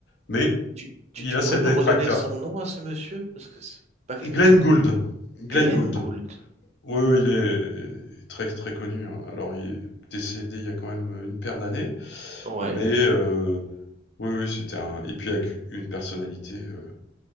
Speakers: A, on the left (about 65°); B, on the right (about 35°).
A: Mais
B: Tu, tu,
A: il
B: tu
A: a
B: pourrais
A: ses
B: me
A: détracteurs.
B: redonner son nom à ce monsieur? Parce que c'est pas quelqu'un
A: Glenn
B: que je connais.
A: Gould, Glenn
B: Glenn
A: Gould.
B: Gould.
A: Oui, oui, il est très, très connu, hein. Alors il est décédé il y a quand même, une paire d'années,
B: Ouais.
A: mais heu, oui, oui, c'était un et puis avec une personnalité, heu,